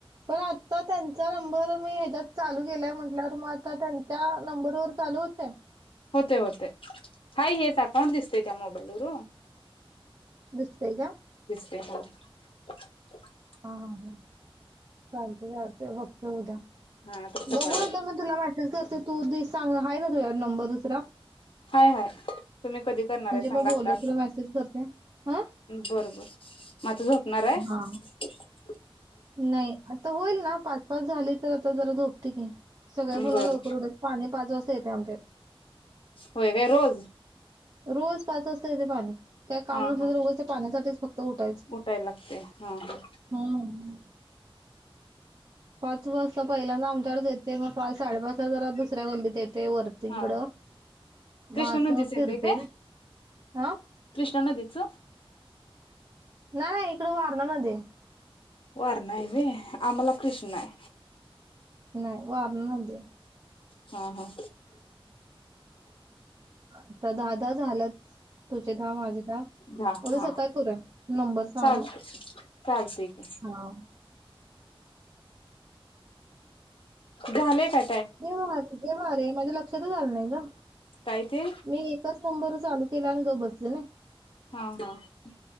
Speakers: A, on the right; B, on the left.
A: पण आता त्यांचा नंबर <unintelligible> चालू केलाय म्हंटल्यावर मग आता, त्यांच्या नंबर वर चालू होतय?
B: होतय होतय, हाय हेच अकाउंट दिसतय त्या मोबाईलवर हो
A: दिसतय का?
B: ते हा <unintelligible>
A: हां हं <unintelligible> वक्त होऊ द्या
B: हा तसं करा
A: बघूया <unintelligible> <unintelligible> सांग आहे ना तुझ्याकडं नंबर दुसरा
B: हाय हाय. तुम्ही कधी करणार
A: म्हणजे
B: आहे सांगा
A: मग बोलूया
B: आता?
A: तुला मेसेज करते हा
B: बर बर. <unintelligible> झोप. <unintelligible>
A: हा नाही, आता होईल ना पाच पाच झाली तर आता जरा झोप. ठिक आहे, सगळे पुन्हा
B: बर
A: लवकर उठाय पाणी पाच वाजता येतं ते आमच्यात
B: होय का रोज
A: रोज पाच वाजता येते पाणी काय काम
B: हा
A: नग
B: हा
A: पाण्यासाठी त उटायच
B: उठायला लागते हा हा
A: हम्म. <inaudible> बस पहिल्यादा आमच्याकडेच येत. ते मग पाच साडेपाच ला जरा दुसऱ्या गल्लीतेत ते वरती
B: हा
A: ईकड
B: कृष्णा
A: मासं
B: नदीच येते
A: फिरतील.
B: काय
A: <inaudible>
B: कृष्णा नदीच
A: व्हय इकडं वारणा नदी आय.
B: वारणा हाय व्हय. आम्हाला कृष्णा हाय.
A: नाय वारणा नदी हाय.
B: हा हा.
A: आता दहा दहा झाल्याच तुझे दहा माझे दहा
B: हा
A: उद्या
B: हा
A: सकाळी करूया नंबर सांग
B: चालतंय
A: मग
B: चालतंय की,
A: हा.
B: झाले का?
A: हेव हेवर माझ्या लक्षातच आलं नाय ग
B: काय ते
A: मी एकच नंबर चालू लाग गप बसते ना.
B: हा ह